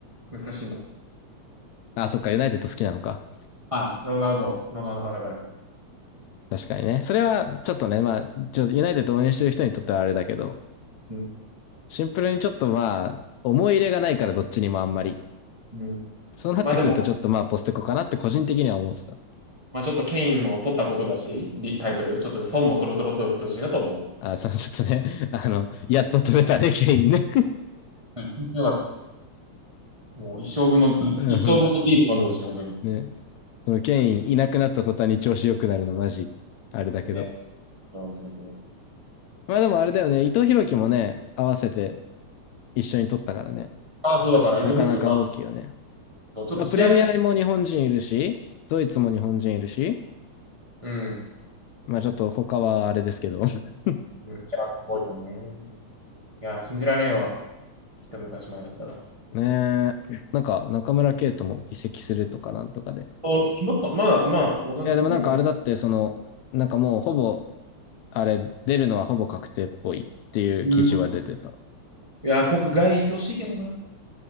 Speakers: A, on the right; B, on the left.
A: 難しいな。
B: あ、そっか、ユナイテッド好きなのか。
A: ああ、ロナウド、ロナウド派だから。
B: 確かにね。それは、ちょっとね、まあ、ちょ、ユナイテッド応援してる人にとってはあれだけど、
A: うん。
B: シンプルにちょっとまあ、思い入れがないからどっちにもあんまり。
A: うん。
B: そうなってくると、
A: まあでも、
B: ちょっとまあ、ポステコかなって個人的には思ってた。
A: まあちょっとケインも取ったことだし、リタイトル、ちょっと孫もそろそろ取ってほしいなと思う。
B: あ、そのちょっとね、<laughs> あの、やっと取れたね、ケインね。
A: はい。よかった。もう一生分の、
B: <laughs> あの
A: 一生分のビール飲んでほしい、本当に。
B: ね、そのケインいなくなった途端に調子良くなるの、マジ、あれだけど。
A: ね。そうそうそう
B: まあでもあれだよね、伊藤洋樹もね、合わせて一緒に取ったからね。
A: ああ、そうだから、
B: なかなか大きいよね。
A: 伊藤博君、まあ、ちょっと試合す、
B: プレミアにも日本人いるし、ドイツも日本人いるし、
A: うん。
B: まあちょっと他はあれですけど。<laughs>
A: うんいや、すごいよね。いや、信じられんわ。一昔前だったら。
B: ねえ、なんか中村圭とも移籍するとかなんとかで。
A: あ、決まったまだ、まあ、わかんない。
B: いや、でもなんかあれだって、
A: どこ行く
B: その、なんかもうほぼあれ、出るのはほぼ確定っぽいっていう記事は出てた。
A: うんいや、国外行ってほしいけどな。い